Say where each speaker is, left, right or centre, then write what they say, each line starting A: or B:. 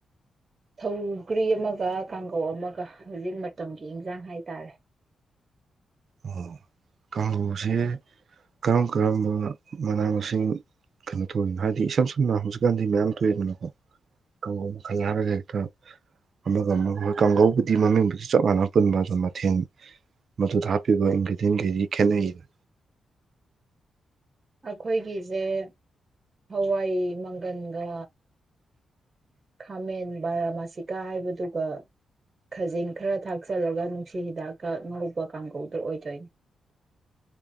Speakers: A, on the right (about 40°); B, on the right (about 65°).
A: ꯊꯧꯒ꯭ꯔꯤ ꯑꯃꯒ ꯀꯥꯡꯒꯧ ꯑꯃꯒ ꯍꯧꯖꯤꯛ ꯃꯇꯝꯒꯤ ꯏꯟꯖꯥꯡ ꯍꯥꯏꯇꯥꯔꯦ
B: ꯑꯣ ꯀꯥꯡꯒꯧꯁꯦ ꯀꯔꯝ ꯀꯔꯝꯕ ꯃꯅꯥ ꯃꯁꯤꯡ ꯀꯩꯅꯣ ꯇꯧꯔꯤꯅꯣ ꯍꯥꯏꯕꯗꯤ ꯏꯁꯝ ꯁꯝꯅ ꯍꯧꯖꯤꯛꯀꯥꯟꯗꯤ ꯃꯌꯥꯝ ꯊꯣꯛꯏꯗꯅꯀꯣ ꯀꯥꯡꯒꯧ ꯃꯈꯜ ꯍꯥꯏꯔꯒ ꯍꯦꯛꯇ ꯑꯃꯒ ꯑꯃꯒ ꯀꯥꯡꯒꯧꯕꯕꯨꯗꯤ ꯃꯃꯤꯡꯗꯨꯗꯤ ꯆꯞ ꯃꯥꯟꯅ ꯄꯨꯟꯕ ꯑꯗꯨ ꯃꯊꯦꯜ ꯃꯗꯨꯗ ꯍꯥꯞ ꯄꯤꯕ ꯏꯟꯒ꯭ꯔꯤꯗꯤꯌꯦꯟ ꯒꯩꯗꯤ ꯈꯦꯠꯅꯩꯅ
A: ꯑꯩꯈꯣꯏꯒꯤꯁꯦ ꯍꯋꯥꯏ ꯃꯪꯒꯟꯒ ꯈꯥꯃꯦꯟ ꯕꯥꯔꯥꯃꯥꯁꯤꯀꯥ ꯍꯥꯏꯕꯗꯨꯒ ꯈꯖꯤꯡ ꯈꯔ ꯊꯥꯛꯆꯤꯜꯂꯒ ꯅꯨꯡꯁꯤ ꯍꯤꯗꯥꯛꯀ ꯉꯧꯕ ꯀꯥꯡꯒꯧꯗꯣ ꯑꯣꯏꯗꯣꯏꯅꯤ